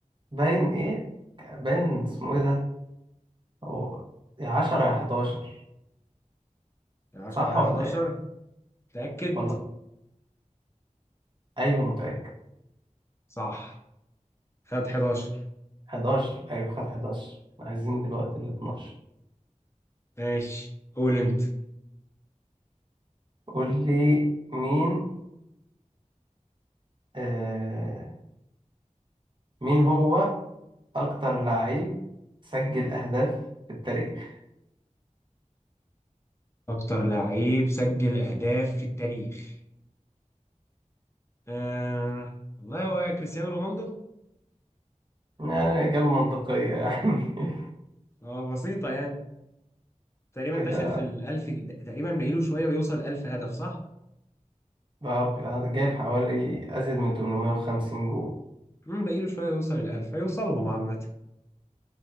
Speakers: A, on the right; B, on the left.
A: باين ايه باين اسمه ايه ده هو يا عشرة يا حداشر
B: 10
A: صح
B: يا
A: ولا
B: 11
A: ايه
B: تأكد
A: والله ايوه متأكد
B: صح خد 11
A: حداشر ايوه خد حداشر عايزين دلوقتي الاتناشر
B: ماشي قول انت
A: قول لي مين آه، مين هو أكتر لعيب سجل أهداف في التاريخ؟
B: اكتر لعيب سجل اهداف في التاريخ آه والله هو كريستيانو رونالدو
A: يعني إجابة منطقية يعني <laughs>
B: آه بسيطة يعني تقريبا
A: كده
B: داخل في الألف تقريبا باقيله شوية ويوصل ألف هدف صح؟
A: بقى بقى جايب حوالي أزيد من 850 جول
B: امم باقيله شوية ويوصل الألف هيوصلهم عامة